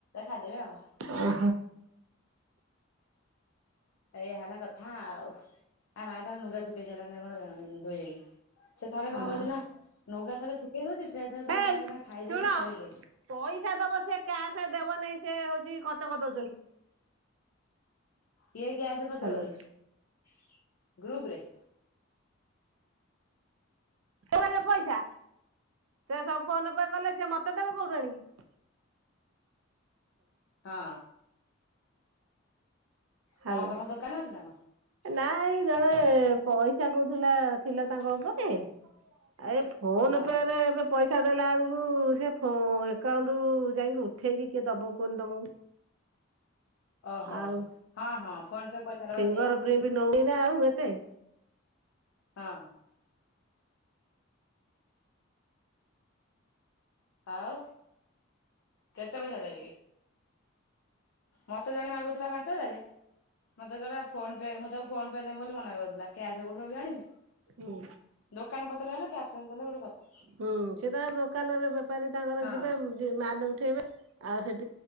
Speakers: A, on the left; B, on the right.
A: ଖାଇଦେବେ ଆଉ।
B: ଓହୋ
A: ଏଇଆ ହେଲା କଥା ଆଉ ଆ ମାଆ ତାର ନୁଗା ଶୁଖେଇଚନ୍ତି ନା କଣ ଧୋଇକି। ସେ ଥରେ
B: ହଁ।
A: କଣ କରୁଚି ନା ନୁଗା ଥରେ ଶୁଖେଇ ଦଉଛି ଫେର ଥରେ ତାର
B: ହେଇ
A: କଣ କରୁଛି ନା ଖାଇ
B: ଶୁଣ
A: ଦେଇକି ଫେର ଇଏ କରୁଚି।
B: ପଇସା ଦବ ସେ କ୍ୟାସ ଦେବ ନାଇଁ ସେ ହଉଚି ଖର୍ଚ୍ଚ କରି ଦଉଛନ୍ତି।
A: କିଏ କ୍ୟାସ ଖର୍ଚ୍ଚ
B: ହ୍ୟାଲୋ।
A: କରିଦଉଚି ଗ୍ରୁପରେ।
B: ସେମାନେ ପଇସା, ସେ ସବୁ ଫୋନ ପେ କଲେ ସିଏ ମତେ ଦେବେ କୋଉଠୁ ଆଣିକି।
A: ହଁ।
B: ହାଲୋ
A: କଣ ତମ ଦୋକାନ ଅଛି ନା କଣ?
B: ନାଇଁ ଜଣେ ପଇ ସା କହୁଥିଲା ଥିଲା ତାଙ୍କ ଉପରେ ଏଇ ଫୋନ
A: ହଁ
B: ପେ ରେ ଏବେ ପଇସା ଦେଲା ବେଳକୁ ସେ ଫ ଏକାଉଣ୍ଟ କୁ ଯାଇକି ଉଠେଇକି କିଏ ଦବ କୁହନୁ ତମକୁ।
A: ଓହୋ!
B: ଆଉ
A: ହଁ ହଁ। ଫୋନ ପେ ପଇସା ଟା
B: ଫିଙ୍ଗର
A: ବା ସେଇଆ
B: ପ୍ରିଣ୍ଟି ନଉନି ନା ଆଉ ଏତେ।
A: ହଁ। ଆଉ କେତେ ପଇସା ଦେବେ କି? ମତେ ଜଣେ ମାଗୁଥିଲା ପାଞ୍ଚ ହଜାରେ ମତେ କହିଲା ଫୋନ ପେ ମୁଁ ତାକୁ ଫୋନ ପେ ରେ ଦେବି ବୋଲି ମନା କରଦେଲା କ୍ୟାସ କୋଉଠୁ ଏବେ ଆଣିବି,
B: ହୁଁ।
A: ଦୋକାନ ପତ୍ର ହେଲେ କ୍ୟାସ ଫ୍ୟାସ ଦେଲେ ଗୋଟେ କଥା
B: ହୁଁ ସେ ତାଙ୍କର ଦୋକାନରେ ବେପାରୀ ତାଙ୍କର
A: ହଁ
B: ଯିବେ ମ ମାଲ ଉଠେଇବେ ଆଉ ସେଠ